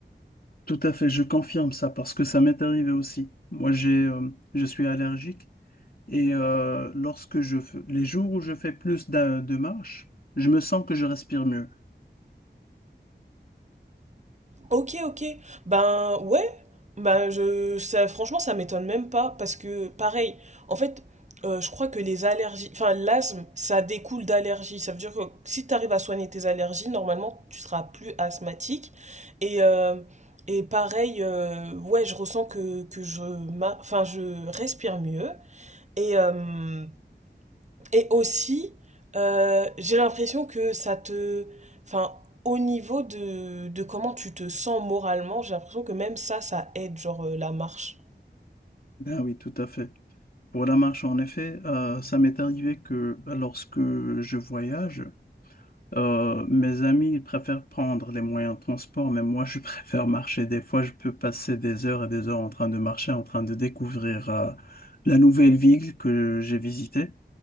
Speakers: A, on the left; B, on the right.
A: Tout à fait, je confirme ça parce que ça m'est arrivé aussi. Moi, j'ai, euh, je suis allergique et euh, lorsque je fais, les jours où je fais plus d'un- de marche, je me sens que je respire mieux.
B: Ok, ok. Ben ouais. Ben je, ça, franchement, ça m'étonne même pas parce que, pareil, en fait, euh, je crois que les allergies, enfin, l'asthme, ça découle d'allergies. Ça veut dire que si tu arrives à soigner tes allergies, normalement, tu seras plus asthmatique. Et, euh, et pareil, euh, ouais, je ressens que, que je, ma- enfin, je respire mieux. Et, euh, et aussi, euh, j'ai l'impression que ça te... Enfin, au niveau de, de comment tu te sens moralement, j'ai l'impression que même ça, ça aide, genre euh, la marche.
A: Ben oui, tout à fait. Pour la marche, en effet, euh, ça m'est arrivé que lorsque je voyage, euh, mes amis ils préfèrent prendre les moyens de transport, mais moi, je <laughs> préfère marcher. Des fois, je peux passer des heures et des heures en train de marcher, en train de découvrir euh, la nouvelle ville que j'ai visitée.